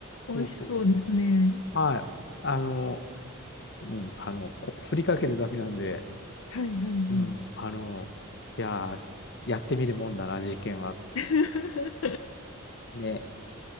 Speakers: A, on the left (about 55°); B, on the left (about 75°).
A: そうそうそうそう。
B: 美味しそうですね。
A: はい。あの、うん、あの、こ振りかけるだけなんで、
B: はいはいはい。
A: うん、あの、いやー、やってみるもんだな、事件は。
B: <laughs> 確
A: ね。